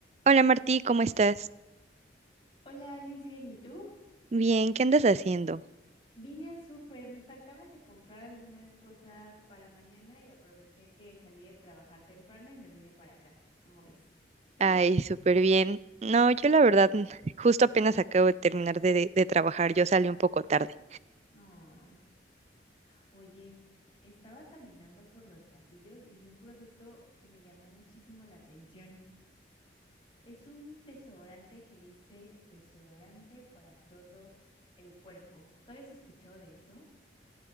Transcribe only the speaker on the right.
Hola Martí, ¿cómo estás?
Bien, ¿qué andas haciendo?
Ay, súper bien. No, yo la verdad, n- justo apenas acabo de terminar de, de- de trabajar, yo salí un poco tarde.